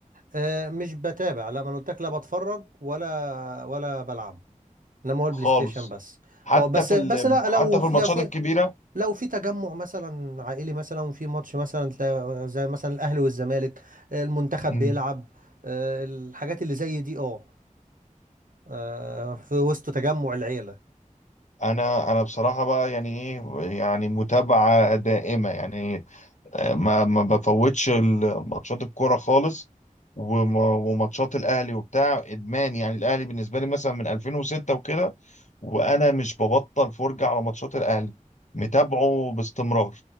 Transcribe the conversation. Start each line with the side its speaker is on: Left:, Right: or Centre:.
Right: آه، مش بتابع لا ما أنا قلت لك لا بتفرج ولا ولا بلعب انما هو البلاي
Left: خالص
Right: ستيشن بس
Left: حتى
Right: اه بس
Left: في
Right: بس
Left: ال...
Right: لا
Left: حتى
Right: لو
Left: في الماتشات
Right: لو في
Left: الكبيره
Right: لو في تجمع مثلا عائلي مثلا وفي ماتش مثلا تلاقي- زي مثلا الاهلي والزمالك المنتخب
Left: مم.
Right: بيلعب آه، الحاجات اللي زي دي اه آه، في وسط تجمع العيلة
Left: انا انا بصراحه بقى يعني ايه يعني متابعه دائمه يعني ما ما بفوتش ال- ماتشات الكوره خالص وما- وماتشات الاهلي وبتاع ادمان يعني الاهلي بالنسبه لي مثلا من 2006 وكده وانا مش ببطل فرجه على ماتشات الاهلي متابعه باستمرار